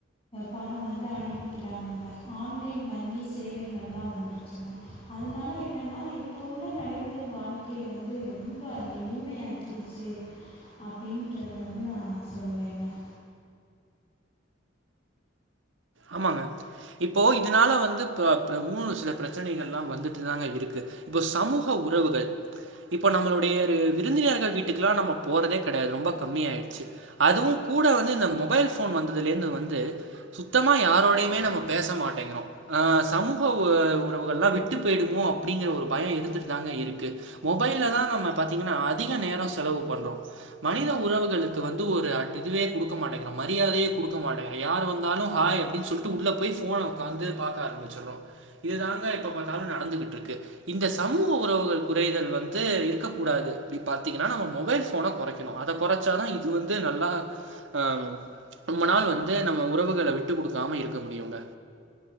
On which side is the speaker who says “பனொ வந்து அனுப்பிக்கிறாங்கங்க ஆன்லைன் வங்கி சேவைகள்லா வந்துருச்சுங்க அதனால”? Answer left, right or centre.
Left